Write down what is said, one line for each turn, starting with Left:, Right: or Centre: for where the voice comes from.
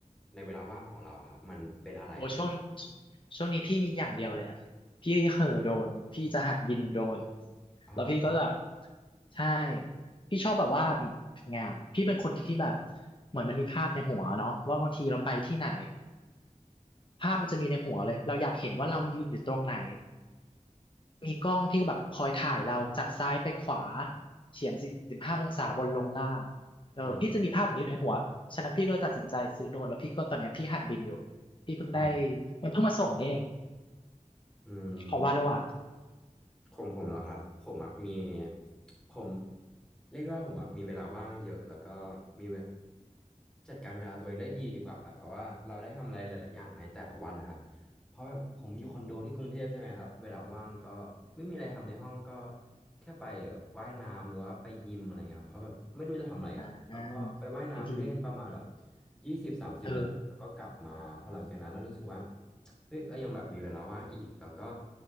Centre: ในเวลาว่างของเราอะครับมันเป็นอะไรล่ะ
Left: โอ้ช่วงช่วงนี้พี่มีอย่างเดียวเลยพี่เห่อโดรนพี่จะหัดบินโดรน
Centre: ครับ
Left: แล้วพี่ก็แบบใช่พี่ชอบแบบว่างามพี่เป็นคนที่แบบเหมือนมันมีภาพในหัวเนาะว่าบางทีเราไปที่ไหนภาพมันจะมีในหัวเลยเราอยากเห็นว่าเรายืนอยู่ตรงไหน มีกล้องที่แบบคอยถ่ายเราจากซ้ายไปขวาเฉียง45องศาบนลงล่างเออพี่จะมีภาพอย่างนี้อยู่ในหัวฉะนั้นพี่ก็เลยตัดสินใจซื้อโดรนแล้วพี่ก็ตอนเนี้ยพี่หัดบินอยู่
Centre: อืม
Left: พี่เพิ่งได้
Centre: ครับ
Left: มันเพิ่งมาส่งนี่เอง
Centre: อื
Left: ของวาโลอ่ะ
Centre: ม ของผมเหรอครับผมอ่ะมีผมเรียกได้ว่าผมอ่ะมีเวลาว่างเยอะแล้วก็มีเวจัดการเวลาตัวเองได้ดีดีกว่าครับเพราะว่าเราได้ทำอะไรหลายๆอย่างในแต่ละวันนะครับเพราะแบบผมอยู่คอนโดที่กรุงเทพใช่ไหมครับเวลาว่างก็ไม่มีอะไรทำในห้องก็แค่ไปแบบว่ายน้ำหรือว่าไปยิมอะไรเงี้ยครับเพราะแบบไม่รู้จะทำอะไรอ่ะแล้วก็ไปว่ายน้ำเล่นประมาณแบบ
Left: อ่าเป็นที
Centre: ยี่สิบสามสิบนาทีแล้วก็กลับมาพอหลังจากนั้นเรารู้สึกว่า
Left: เออ
Centre: เฮ้ยเรายังแบบมีเวลาว่างอีกแล้วก็